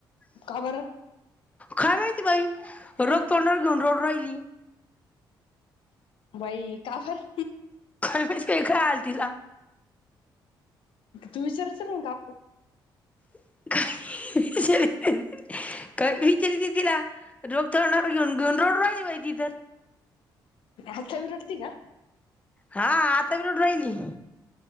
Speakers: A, on the left; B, on the left.
A: का बर.
B: काय माहिती बाई रग तोंडावर घेऊन रडू राहिली.
A: बाई का बर.
B: <unintelligible> आल तिला.
A: तू विचारायचं नाही का.
B: <unintelligible> <unintelligible> तिला रोग तोडांवर घेऊन घेऊन रडू राहिली बाई ती तर
A: आता भी रडती आहे का,
B: हा आता बी रडू राहिली.